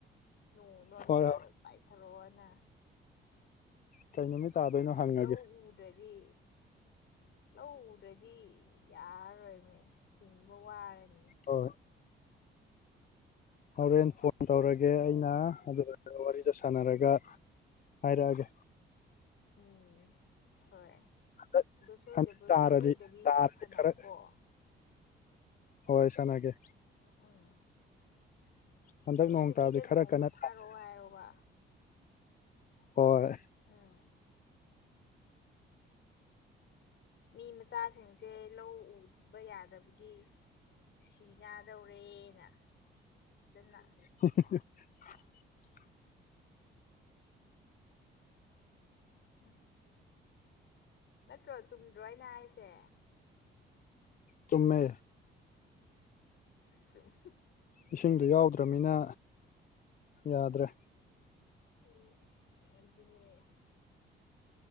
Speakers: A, on the left; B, on the left.
A: ꯅꯣꯡꯗꯣ ꯑꯝꯇ
B: ꯍꯣꯏ
A: ꯆꯥꯏꯊꯔꯛꯑꯣꯅ
B: ꯇꯥꯏ ꯅꯨꯃꯤꯠ ꯇꯥꯗꯣꯏꯅꯣ ꯍꯪꯉꯒꯦ
A: ꯂꯧ ꯎꯗ꯭ꯔꯗꯤ ꯂꯧꯗ꯭ꯔꯗꯤ ꯌꯥꯔꯣꯏꯅꯦ ꯍꯤꯡꯕ ꯋꯥꯔꯅꯤ
B: ꯑꯣ ꯍꯣꯔꯦꯟ ꯐꯣꯟ ꯇꯧꯔꯒꯦ
A: ꯎꯝ
B: ꯑꯩꯅ ꯑꯗꯨ ꯋꯥꯔꯤ ꯁꯥꯟꯅꯔꯒ ꯍꯥꯏꯔꯛꯑꯒꯦ
A: ꯎꯝ ꯍꯣꯏ
B: ꯍꯟꯗꯛ
A: ꯑꯗꯣ ꯁꫭꯏꯗꯕꯩ
B: ꯍꯟꯗꯛ ꯇꯥꯔꯗꯤ
A: ꯁꯣꯏꯗꯕꯤꯗꯤ
B: ꯇꯥꯔꯗꯤ
A: ꯁꯥꯟꯅꯧꯀꯣ
B: ꯈꯔ ꯍꯣꯏ ꯁꯥꯅꯒꯦ
A: ꯑ
B: ꯍꯟꯗꯛ
A: ꯁꯣꯏꯗꯕꯤꯗ
B: ꯅꯣꯡ ꯇꯥꯕꯗꯤ ꯈꯔ
A: ꯅꯣꯡꯗꯣ
B: ꯀꯟꯅ
A: ꯊꯥꯔꯛꯑꯣ
B: ꯇꯥꯁꯦ
A: ꯍꯥꯏꯌꯣꯕ
B: ꯍꯣꯏ
A: ꯎꯝ ꯃꯤ ꯃꯆꯥꯁꯤꯡꯁꯦ ꯂꯧ ꯎꯕ ꯌꯥꯗꯕꯒꯤ ꯁꯤ ꯗꯧꯔꯦꯅ ꯐꯖꯅ
B: <inaudible>
A: ꯎ ꯅꯠꯇ꯭ꯔꯣ ꯆꯨꯝꯗ꯭ꯔꯣꯅ ꯍꯥꯏꯁꯦ
B: ꯆꯨꯝꯃꯦ
A: ꯆꯨꯝ
B: ꯏꯁꯤꯡꯗ ꯌꯥꯎꯗ꯭ꯔꯅꯤꯅ ꯌꯥꯗ꯭ꯔꯦ
A: ꯎꯝ ꯑꯗꯨ ꯑꯗꯨꯅꯦ